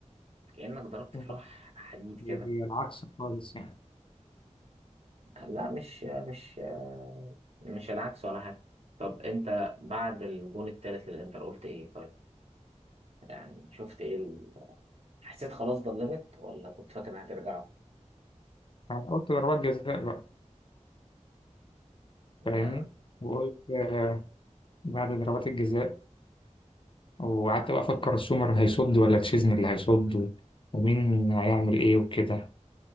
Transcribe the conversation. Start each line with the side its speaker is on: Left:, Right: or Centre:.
Right: كأنك ضربت
Left: لا،
Right: في لوح حديد كده
Left: هي العكس خالص يعني
Right: لا مش مش مش العكس ولا حاجة طب انت بعد الجون التالت للانتر قلت ايه طيب يعني شفت ايه ال... حسيت خلاص ضلمت ولا كنت فاكر هترجعوا
Left: انا قلت ضربات جزاء بقى فاهمني
Right: آه.
Left: وقلت آه، بعد ضربات الجزاء وقعدت بقى افكر سومر هيصد ولا تشيزني اللي هيصد ومين هيعمل ايه وكده